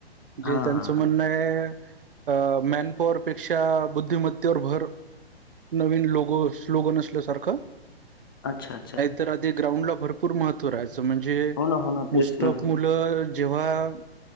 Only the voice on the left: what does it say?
हां,
हां, हां.
अच्छा-अच्छा.
हो ना, हो ना.
तेच ना.